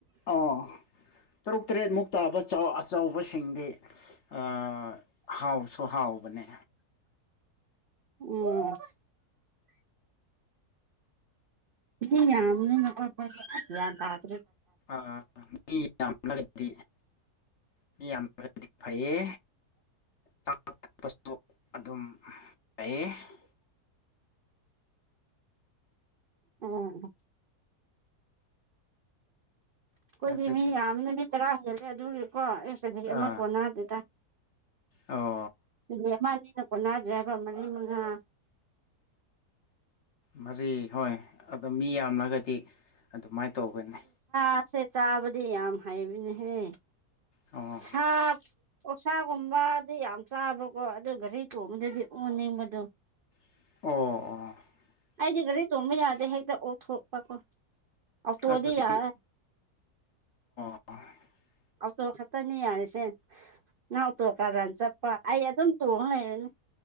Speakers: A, on the left; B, on the right.
A: ꯑꯥ ꯇꯔꯨꯛ ꯇꯔꯦꯠ ꯃꯨꯛ ꯇꯥꯕ ꯑꯆꯥ ꯑꯆꯧꯕꯁꯤꯡꯗꯤ ꯑꯥ ꯍꯥꯎꯁꯨ ꯍꯥꯎꯕꯅꯦ
B: ꯎꯝ ꯃꯤ ꯌꯥꯝꯕꯅꯤꯅ
A: ꯑꯗꯨ
B: <unintelligible> ꯑꯁ ꯒ꯭ꯌꯥꯟ ꯇꯥꯗꯦ
A: ꯑꯥ ꯃꯤ ꯌꯥꯝꯂꯒꯗꯤ ꯃꯤ ꯌꯥꯝꯂꯒꯗꯤ ꯐꯩꯌꯦ ꯆꯥ ꯊꯛꯄꯁꯨ ꯑꯗꯨꯝ ꯐꯩꯌꯦ <unintelligible>
B: ꯎꯝ ꯑꯩꯈꯣꯏꯗꯤ
A: ꯑꯗꯨꯒꯤ
B: ꯃꯤ ꯌꯥꯝꯕꯅꯤꯅ ꯃꯤ ꯇꯔꯥ ꯍꯦꯜꯂꯦ ꯑꯗꯨꯗꯤꯀꯣ ꯑꯦ ꯀꯦꯒꯤ ꯑꯃ
A: ꯑꯥ
B: ꯀꯣꯟꯅꯗꯦ
A: ꯑꯣ
B: ꯀꯦꯒꯤ ꯑꯃ ꯑꯅꯤꯅ ꯀꯣꯟꯅꯗ꯭ꯔꯦꯕ ꯃꯔꯤ ꯃꯉꯥ
A: ꯃꯔꯤ ꯍꯣꯏ ꯑꯗꯣ ꯃꯤ ꯌꯥꯝꯂꯒꯗꯤ ꯑꯗꯨꯃꯥꯏ ꯇꯧꯒꯅꯤ
B: ꯆꯥꯀꯁꯦ ꯆꯥꯕꯗꯤ ꯌꯥꯝ ꯍꯩꯕꯅꯦꯍꯦ
A: ꯑꯣ
B: ꯁꯥ ꯑꯣꯛꯁꯥꯒꯨꯝꯕꯗꯤ ꯌꯥꯝ ꯆꯥꯕꯀꯣ ꯑꯗꯨ ꯘꯔꯤ ꯇꯣꯡꯕꯗꯗꯤ ꯑꯣꯅꯤꯡꯕꯗꯣ
A: ꯑꯣ ꯑꯣ
B: ꯑꯩꯗꯤ ꯒꯥꯔꯤ ꯇꯣꯡꯕ ꯌꯥꯗꯦ ꯍꯦꯛꯇ ꯑꯣꯊꯣꯛꯄꯀꯣ ꯑꯣꯇꯣꯗꯤ
A: ꯑꯗꯨꯗꯤ
B: ꯌꯥꯏꯑꯦ
A: ꯍꯣꯏ
B: ꯑꯣꯇꯣ ꯈꯛꯇꯅꯤ ꯍꯥꯔꯤꯁꯦ ꯅꯪ ꯑꯣꯇꯣ ꯀꯔꯟ ꯆꯠꯄ ꯑꯩ ꯑꯗꯨꯝ ꯇꯣꯡ ꯂꯩꯔꯅꯤ